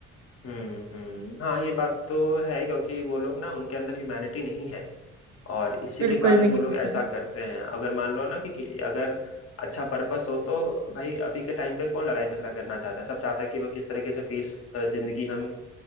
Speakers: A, on the left; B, on the right.
A: हम्म हम्म हाँ ये बात तो है क्योंकि वो लोग ना उनके अंदर ह्यूमैनिटी नहीं है और इसी
B: बिल्कुल
A: के कारण
B: भी नहीं
A: वो लोग
B: है
A: ऐसा करते हैं अगर मान लो ना कि, कि अगर अच्छा पर्पस हो तो भाई अभी के टाइम पे कौन लड़ाई झगड़ा करना चाहता है सब चाहता है कि वो किस तरीके से पीस जिंदगी हम